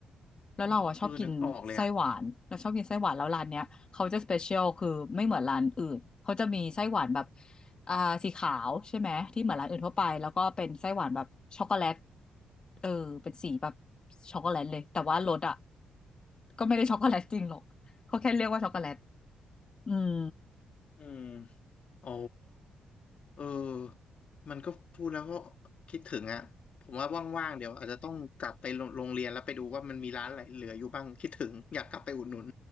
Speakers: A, on the left; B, on the left.
A: แล้วเราอ่ะชอบกินไส้หวานเราชอบกินไส้หวานแล้วร้านเนี้ยเขาจะสเปเชียลคือไม่เหมือนร้านอื่นเขาจะมีไส้หวานแบบ
B: เออนึกออกเลยอ่ะ
A: อ่าสีขาวใช่ไหมที่เหมือนร้านอื่นทั่วไปแล้วก็เป็นไส้หวานแบบช็อกโกแลตเออเป็นสีแบบช็อกโกแลตเลยแต่ว่ารสอ่ะก็ไม่ได้ช็อกโกแลตจริงหรอกเขาแค่เรียกว่าช็อกโกแลต อืม
B: อืมโอ้เออมันก็พูดแล้วก็คิดถึงอ่ะผมว่าว่างๆเดี๋ยวอาจจะต้องกลับไปโรงโรงเรียนแล้วไปดูว่ามันมีร้านอะไรเหลืออยู่บ้างคิดถึงอยากกลับไปอุดหนุน